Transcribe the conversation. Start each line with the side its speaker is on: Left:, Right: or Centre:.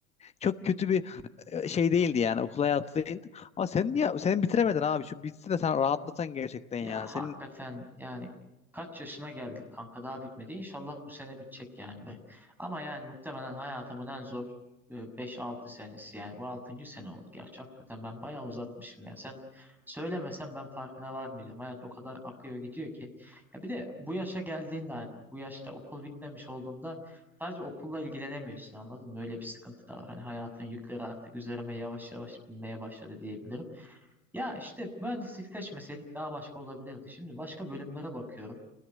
Left: çok kötü bir e, şey değildi yani okul hayatı değildi. Ama sen niye sen bitiremedin abi şu bitsin de sen rahatlasan gerçekten
Centre: Ya
Left: ya.
Centre: hakikaten
Left: Senin
Centre: yani kaç yaşına geldik kanka daha bitmedi. İnşallah bu sene bitecek yani be. Ama yani muhtemelen hayatımın en zor e, 5-6 senesi yani. Bu altıncı sene oldu gerçi hakikaten ben bayağı uzatmışım ya. Sen söylemesen ben farkına varmayacağım. Hayat o kadar akıyor gidiyor ki. Ya bir de bu yaşa geldiğinde hani bu yaşta okul bitmemiş olduğunda sadece okulla ilgilenemiyorsun anladın mı? Öyle bir sıkıntı da var. Hani hayatın yükleri artık üzerime yavaş yavaş binmeye başladı diyebilirim. Ya işte mühendislik seçmeseydik daha başka olabilirdi. Şimdi başka bölümlere bakıyorum.